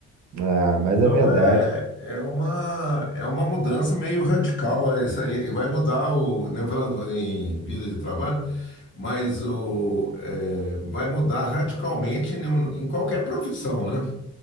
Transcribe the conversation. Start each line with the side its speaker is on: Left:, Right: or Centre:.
Right: Ah, mas
Left: Então
Right: é verdade.
Left: é, é uma, é uma mudança meio radical é essa aí. Vai mudar o, né, falando em vida de trabalho, mas o, é, vai mudar radicalmente em, um- em qualquer profissão, né?